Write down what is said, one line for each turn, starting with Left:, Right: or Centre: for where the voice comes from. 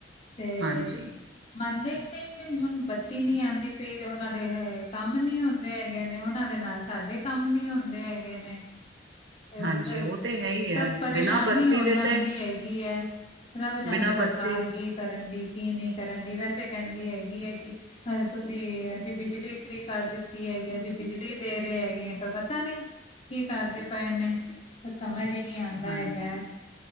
Left: ਤੇ।
Right: ਹਾਂਜੀ,
Left: ਮੰਨਦੇ ਹੀ ਨਹੀਂ ਨੇ ਹੁਣ ਬੱਤੀ ਨਹੀਂ ਆਉਂਦੀ ਪਈ ਉਹਨਾਂ ਦੇ ਹੈ ਕੰਮ ਨਹੀਂ ਹੁੰਦੇ ਹੈਗੇ ਨੇ ਉਹਨਾਂ ਦੇ ਨਾਲ। ਸਾਡੇ ਕੰਮ ਨੀ ਹੁੰਦੇ ਹੈਗੇ ਨੇ। ਤੇ
Right: ਹਾਂਜੀ
Left: ਫਿਰ
Right: ਉਹ ਤੇ ਹੈ ਹੀ
Left: ਸਭ
Right: ਹੈ,
Left: ਪਰੇਸ਼ਾਨੀ
Right: ਬਿਨਾਂ ਬੱਤੀ
Left: ਹੋ
Right: ਦੇ
Left: ਜਾਂਦੀ
Right: ਤੇ
Left: ਹੈਗੀ ਹੈ। ਰੱਬ ਜਾਣੇ
Right: ਬਿਨਾਂ
Left: ਸਰਕਾਰ
Right: ਬੱਤੀ ਦੇ
Left: ਕੀ ਕਰਨ ਡੀ ਕੀ ਨਹੀਂ ਕਰਨ ਡੀ ਵੈਸੇ ਕਹਿੰਦੀ ਹੈਗੀ ਹੈ ਕਿ। ਹ ਤੁਸੀਂ ਅਸੀਂ ਬਿਜਲੀ ਫ੍ਰਰੀ ਕਰ ਦਿੱਤੀ ਹੈਗੀ ਅਸੀਂ ਬਿਜਲੀ ਦੇ ਰਹੇ ਹੈਗੇ। ਪਰ ਪਤਾ ਨਹੀਂ ਕੀ ਕਰਦੇ ਪਏ ਨੇ ਕੁ ਸਮਝ ਹੀ ਨਹੀਂ ਆਉਂਦਾ
Right: ਹਾਂਜੀ।
Left: ਹੈਗਾ ਹੈ।